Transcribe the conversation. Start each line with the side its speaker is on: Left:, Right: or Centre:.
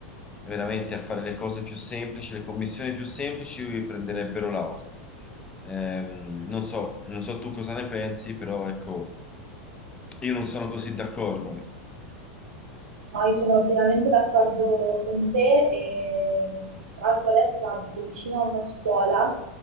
Left: veramente a fare le cose più semplici, le commissioni più semplici, prenderebbero l'auto. Ehm, non so, non so tu cosa ne pensi, però ecco, io non sono così d'accordo.
Right: No, io sono pienamente d'accordo con te e tra l'altro adesso abito vicino a una scuola